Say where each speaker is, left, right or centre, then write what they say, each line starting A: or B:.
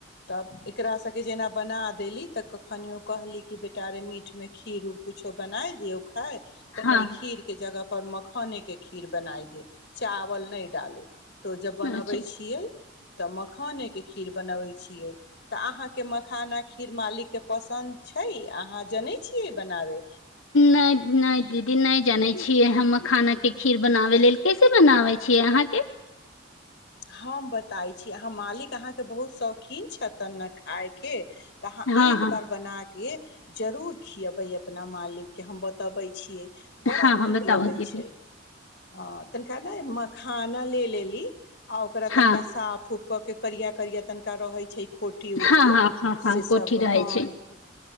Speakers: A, on the left; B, on the left.
A: तब एकरा सबके जेना बना देली तऽ कखनियो कहली कि बेटा अरे मीटमे खीर उर किछो बनाय दियौ खाइत तऽ
B: हँ
A: नहि खीर के जगह पर मखाने के खीर बनाइ ग चावल नहि डालू तऽ जब बनबै
B: अच्छा
A: छियै तऽ मखानेके खीर बनबै छियै तऽ अहाँके मखाना खीर मालिकके पसन्द छै अहाँ जनैत छियै बनाबै
B: नहि नहि दीदी नहि जनै छियै हम खाना के खीर बनाबे लेल कैसे बनाबै छियै अहाँके
A: हम बताबै छी अहाँ मालिक अहाँके बहुत शौखीन छथिन ने खाायके तऽ अहाँ
B: हँ
A: एक
B: हँ
A: बार बनाके जरूर खियबै अपना मालिक के हम बतबे छीयै बड़ा
B: हँ हँ
A: नीक
B: बताउ
A: लगै
B: दीदी
A: छै आ तनिका ने मखाना ले लेली आ ओकरा तनका
B: हँ
A: साफ उफ कऽ के करिया करिया तनिका रहै छैय। खोटी उठी
B: हँ हँ हँ हँ
A: से
B: कोठी
A: सब
B: रहै
A: ह
B: छै